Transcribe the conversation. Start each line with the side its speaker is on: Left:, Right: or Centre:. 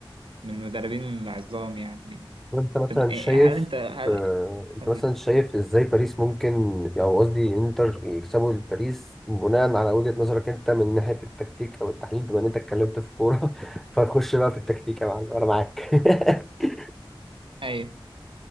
Right: من المدربين العظام يعني
Centre: وانت مثلا
Right: طب إيه-
Centre: شايف
Right: هل انت هل
Centre: آه، انت
Right: اقول
Centre: مثلا شايف ازاي باريس ممكن او قصدي انتر يكسبوا الباريس بناء على وجهة نظرك انت من ناحية التكتيك او التحليل بما ان انت اتكلمت في كورة <laughs> فنخش بقى في التكتيك يا معلم انا معاك <laughs>
Right: ايوه